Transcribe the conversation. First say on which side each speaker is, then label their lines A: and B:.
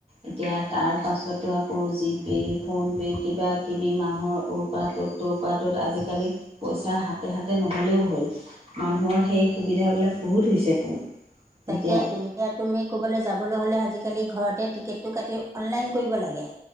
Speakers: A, on the right; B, on the right.
A: এতিয়া তাৰ পাছতো আকৌ জিপে', ফোনপে' কিবাকিবি মানুহৰ অৰ্পা ত'ত তৰ্পা ত'ত, আজিকালি পইচা হাতে-হাতে নহ'লেও হ'ল। মানুহৰ সেই সুবিধাবিলাক বহুত হৈছেতো।
B: তাকেইতো
A: এতিয়া
B: এতিয়া তুমি কবালৈ যাবলৈ হ'লে আজিকালি ঘৰতে টিকেটটো কাটি অনলাইন কৰিব লাগে।